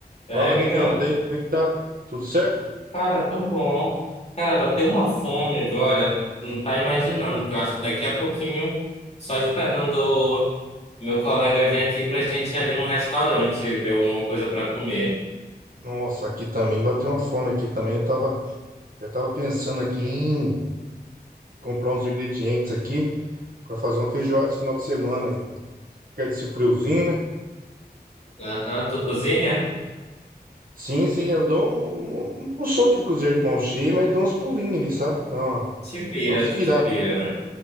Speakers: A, on the left; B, on the right.
A: E
B: Fala,
A: aí, amigão?
B: amigão, e daí, como é que tá? Tudo certo?
A: Cara, tô bom. Cara, bateu uma fome agora. Tu não tá imaginando, que eu acho que daqui a pouquinho, só esperando o meu colega vir aqui pra gente ir ali num restaurante ver alguma coisa pra comer.
B: Nossa, aqui também bateu uma fome aqui também. Eu tava, eu tava pensando aqui em comprar uns ingredientes aqui pra fazer uma feijoada esse final de semana aí. Quer desse friozinho, né?
A: Aham, tu cozinha?
B: Sim, sim, eu dou um, não sou aquele cozinheiro de mão cheia, mas dou uns pulinhos ali, sabe? Dá uma,
A: Te vira,
B: dá uma se
A: tu
B: virada.
A: te vira,
B: <laughs>
A: né?